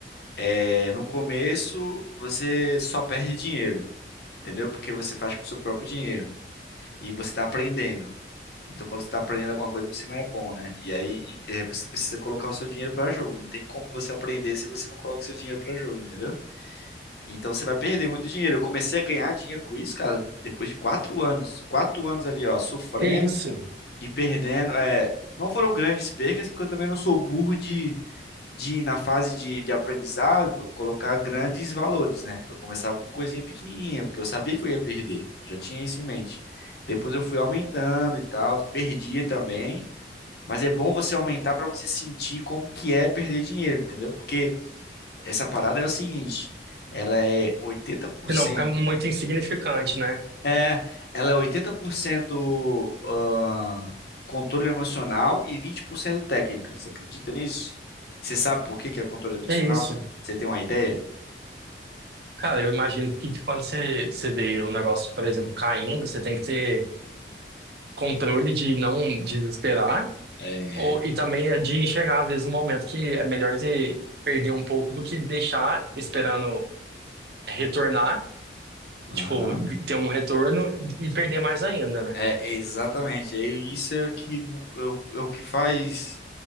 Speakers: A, on the left; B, on the right.
A: é, no começo você só perde dinheiro, entendeu? Porque você faz com o seu próprio dinheiro e você está aprendendo. Então, quando você está aprendendo alguma coisa, você não é bom, né? E aí é, você precisa colocar o seu dinheiro para jogo. Não tem como você aprender se você não coloca o seu dinheiro para jogo, entendeu? Então você vai perder muito dinheiro. Eu comecei a ganhar dinheiro com isso, cara, depois de quatro anos. Quatro anos ali, ó, sofrendo
B: Que isso?
A: e perdendo, é, não foram grandes percas, porque eu também não sou burro de, de na fase de, de aprendizado, colocar grandes valores, né? Eu começava com coisinha pequenininha, porque eu sabia que eu ia perder, já tinha isso em mente. Depois eu fui aumentando e tal, perdia também, mas é bom você aumentar para você sentir como que é perder dinheiro, entendeu? Porque essa parada é o seguinte, ela é oitenta por
B: Se
A: cento
B: Não fica muito insignificante, né?
A: é, ela é 80% ah, controle emocional e 20% técnica. Você acredita nisso? Você sabe por que que é controle emocional?
B: Que isso?
A: Você tem uma ideia?
B: Cara, eu imagino que de quando você, você vê o negócio, por exemplo, caindo, você tem que ter controle de não desesperar
A: É.
B: ou, e também é de enxergar, às vezes, um momento que é melhor de perder um pouco do que deixar esperando retornar,
A: Aham.
B: tipo, ter um retorno e perder mais ainda, né?
A: É, exatamente. É isso é o que mu- é o é o que faz